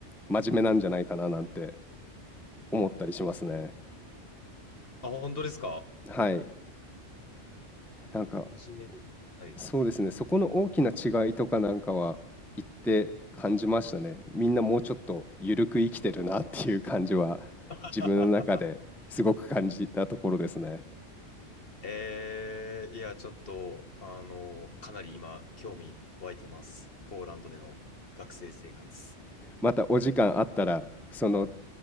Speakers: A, in the centre; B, on the left.
A: 真面目なんじゃないかななんて思ったりしますね。
B: あ、本当ですか
A: はい。なんか
B: 真面目。はい。
A: そうですね。そこの大きな違いとかなんかは言って感じましたね。みんなもうちょっと緩く生きてるなっていう感じは自分の中ですごく感じたところですね。
B: <laughs> えー、いや、ちょっと、あの、かなり今、興味湧いてます。ポーランドでの学生生活。
A: またお時間あったら、その